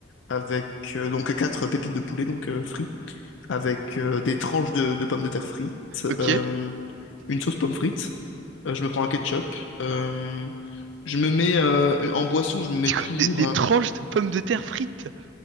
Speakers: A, on the left (about 85°); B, on the right (about 70°).
A: avec euh, donc 4 pépites de poulet, donc euh, frites, avec euh, des tranches de, de pommes de terre frites,
B: Ok.
A: euh, une sauce pomme frite, euh, je me prends un ketchup, euh, je me mets euh, en boisson, je me mets
B: Du
A: toujours
B: coup, des, des
A: un.
B: tranches de pommes de terre frites.